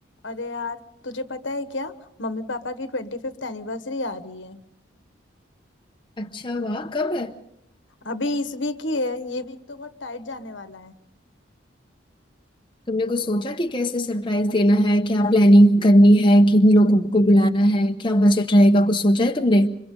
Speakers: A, on the left; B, on the left.
A: अरे यार तुझे पता है क्या मम्मी पापा की ट्वेंटी फिफ्थ एनिवर्सरी आ रही है
B: अच्छा वाह कब है
A: अभी इस वीक ही है ये वीक तो बहुत टाइट जाने वाला है
B: तुमने कुछ सोचा कि कैसे सरप्राइज देना है क्या प्लानिंग करनी है किन लोगों को बुलाना है क्या बजट रहेगा कुछ सोचा है तुमने